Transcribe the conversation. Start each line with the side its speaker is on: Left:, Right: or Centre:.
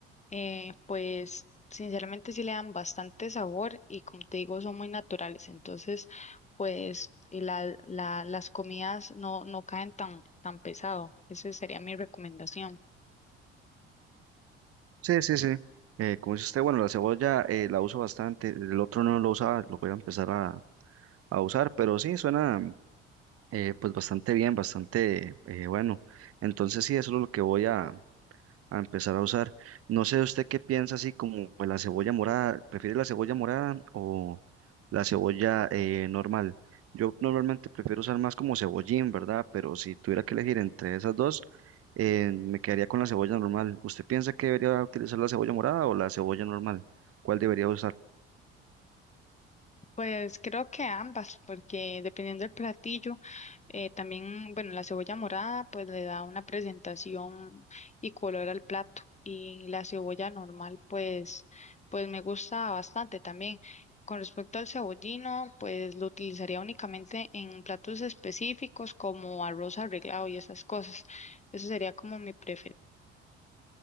Left: eh, pues sinceramente sí le dan bastante sabor y como te digo son muy naturales, entonces pues y la, la, las comidas no, no caen tan, tan pesado. Esa sería mi recomendación.
Right: Sí, sí, sí. Eh, como dice usted, bueno, la cebolla eh, la uso bastante, el otro no lo usaba, lo voy a empezar a, a usar, pero sí, suena eh, pues bastante bien, bastante eh, bueno. Entonces sí, eso es lo que voy a, a empezar a usar. No sé usted qué piensa así como de la cebolla morada, ¿prefiere la cebolla morada o la cebolla eh, normal? Yo normalmente prefiero usar más como cebollín, ¿verdad? Pero si tuviera que elegir entre esas dos, eh, me quedaría con la cebolla normal. ¿Usted piensa que debería utilizar la cebolla morada o la cebolla normal? ¿Cuál debería usar?
Left: Pues creo que ambas, porque dependiendo del platillo, eh, también, bueno, la cebolla morada pues le da una presentación y color al plato y la cebolla normal pues, pues me gusta bastante también. Con respecto al cebollino, pues lo utilizaría únicamente en platos específicos como arroz arreglado y esas cosas. Eso sería como mi preferencia.